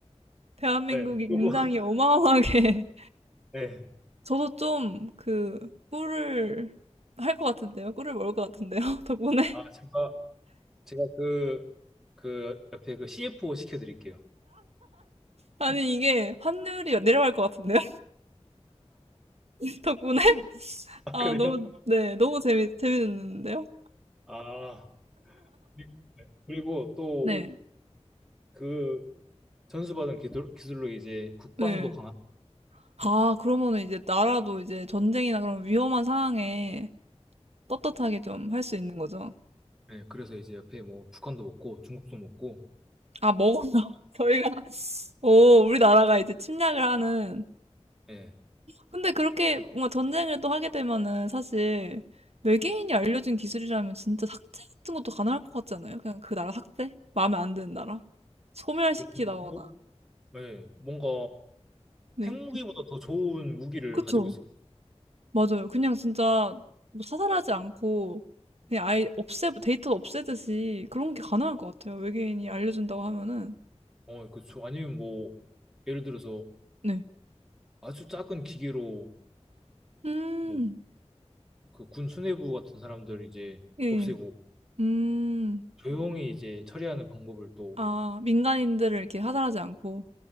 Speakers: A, on the right; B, in the centre.
A: 대한민국이
B: 네. 그
A: 굉장히
B: <laughs>
A: 어마어마하게
B: 네.
A: 저도 좀 그 꿀을 할 것 같은데요. 꿀을 먹을 것 같은데요. <laughs> 덕분에.
B: 아, 제가, 제가 그, 그 옆에 그 CFO 시켜드릴게요.
A: 아니, 이게 환율이 내려갈 것 같은데요. <laughs> 덕분에.
B: 아,
A: 아,
B: 그래요?
A: 너무, 네, 너무 재미, 재밌는데요?
B: 아, 그리- 네. 그리고 또
A: 네.
B: 그 전수받은 기술, 기술로 이제 국방도
A: 네.
B: 강한,
A: 아, 그러면은 이제 나라도 이제 전쟁이나 그런 위험한 상황에 떳떳하게 좀 할 수 있는 거죠.
B: 네. 그래서 이제 옆에 뭐 북한도 먹고 중국도 먹고,
A: 아, 먹었나? <laughs> 저희가, 오, 우리나라가 이제 침략을 하는
B: 네.
A: 근데 그렇게 뭔가 전쟁을 또 하게 되면은 사실 외계인이 알려준 기술이라면 진짜 삭제 같은 것도 가능할 것 같지 않아요? 그냥 그 나라 삭제? 마음에 안 드는 나라? 소멸시키다거나.
B: 뭐 국도? 네. 뭔가
A: 네.
B: 핵무기보다 더 좋은 무기를
A: 그쵸.
B: 가지고 있어요.
A: 맞아요. 그냥 진짜 뭐 사살하지 않고 그냥 아예 없애, 데이터 없애듯이 그런 게 가능할 것 같아요. 외계인이 알려준다고 하면은.
B: 어, 그렇죠. 아니면 뭐, 예를 들어서
A: 네.
B: 아주 작은 기계로
A: 음,
B: 뭐 그 군 수뇌부 같은 사람들 이제
A: 예, 예.
B: 없애고
A: 음,
B: 조용히 이제 처리하는 방법을 또
A: 아, 민간인들을 이렇게 하살하지 않고.